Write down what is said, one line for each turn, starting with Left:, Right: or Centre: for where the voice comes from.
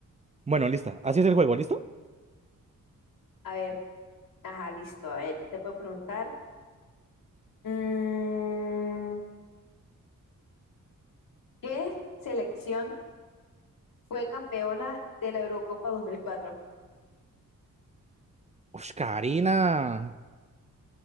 Right: Bueno, lista. Así es el juego, ¿listo?
Left: A ver, ajá, listo. A ver, ¿qué te puedo preguntar? Mm, ¿qué selección fue campeona de la Eurocopa 2004?
Right: Uy, Karina.